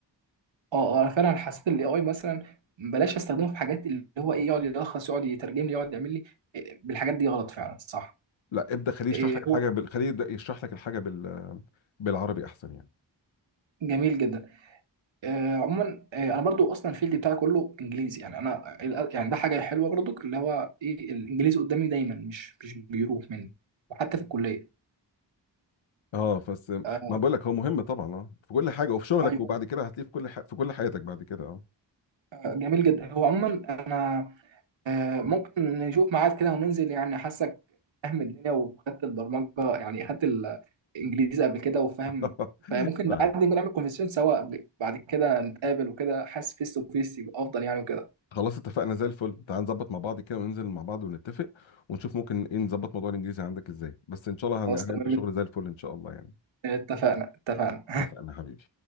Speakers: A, on the right (about 80°); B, on the left (about 85°).
A: اه اه انا فعلا حسيت الاي اي مثلا بلاش استخدمه في حاجات اللي هو ايه يقعد يلخص يقعد يترجم لي يقعد يعمل لي إيه، بالحاجات دي غلط فعلا صح
B: لا ابدا خليه يشرح
A: إيه
B: لك الحاجه
A: هو
B: بال... خليه يبدا يشرح لك الحاجه بال... بالعربي احسن يعني
A: جميل جدا آه عموما آه انا برضو اصلا الفيلد بتاعي كله انجليزي يعني انا يعني ده حاجه حلوه برضو اللي هو ايه الانجليزي قدامي دايما مش مش بيروح مني وحتى في الكليه
B: اه بس
A: ايوه
B: ما بقول لك هو مهم طبعا اه في كل حاجه وفي شغلك
A: أيوة،
B: وبعد كده هتلاقيه في كل ح... في كل حياتك بعد كده اه
A: آه، جميل جدا هو عموما انا آه، ممكن نشوف ميعاد كده وننزل يعني حاسك فاهم الدنيا وخدت البرمجة يعني خدت الإنجليزي قبل كده وفاهم
B: <laughs>
A: فممكن
B: تعال
A: نقعد نعمل كونفرسيشن سوا قبل- بعد كده نتقابل وكده حاسس فيس تو فيس يبقى أفضل يعني وكده
B: خلاص اتفقنا زي الفل تعال نظبط مع بعض كده وننزل مع بعض ونتفق ونشوف ممكن ايه نظبط موضوع الانجليزي عندك ازاي بس ان شاء الله هن-
A: خلاص
B: هنعمل
A: تمام
B: فيه شغل زي الفل ان شاء الله يعني
A: اتفقنا اتفقنا
B: اتفقنا حبيبي